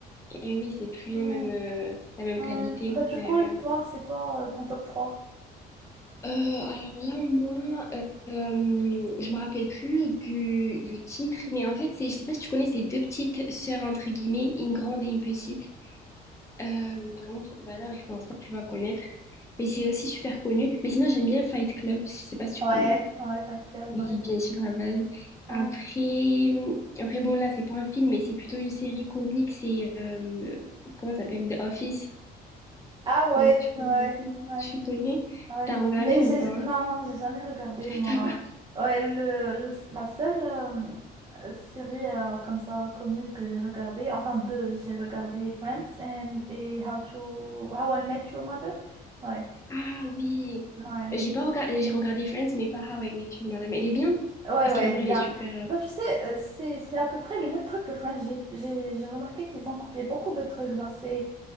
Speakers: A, on the left; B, on the right.
A: Et oui, c'est plus les
B: Ouais,
A: mêmes, euh, la même
B: ouais.
A: qualité.
B: Bah, du
A: Eh
B: coup,
A: oui,
B: le- toi, c'est toi, euh, ton top trois
A: Euh, alors là, moi, euh, euh, je me rappelle plus du, du titre, mais en fait, c'est, je sais pas si tu connais ces deux petites sœurs, entre guillemets, une grande et une petite. Euh, vraiment, faut- bah là, je pense pas que tu vas connaître, mais c'est aussi super connu. Mais sinon, j'aime bien Fight Club, je sais pas si tu
B: Ouais,
A: connais.
B: ouais, Fight Club,
A: Oui,
B: ouais.
A: bien sûr, la base. Après,
B: Ouais.
A: après bon, là, c'est pas un film, mais c'est plutôt une série comique, c'est, euh, comment ça s'appelle? The Office.
B: Ah ouais,
A: Je sais pas si tu
B: ouais,
A: connais aussi.
B: ouais.
A: Tu connais?
B: Ouais,
A: T'as regardé
B: mais
A: ou
B: j'ai
A: pas?
B: non, non, j'ai jamais regardé
A: <laughs>
B: moi.
A: T'as pas.
B: Ouais, le, le- la seule euh, euh, série euh, comme ça comique que j'ai regardée, enfin deux, j'ai regardé Friends and et How to How I Met Your Mother. Ouais,
A: Ah oui.
B: ouais,
A: Bah, J'ai pas
B: c'est
A: regardé, j'ai regardé Friends, mais pas How I Met Your Mother. Mais elle est bien.
B: Ouais,
A: Parce
B: ouais,
A: qu'il paraît,
B: elle est bien.
A: elle est super. euh,
B: Bah, tu sais, euh, c'est, c'est à peu près le même truc que Friends. J'ai, j'ai- j'ai remarqué qu'ils ont copié beaucoup de trucs. Genre, c'est,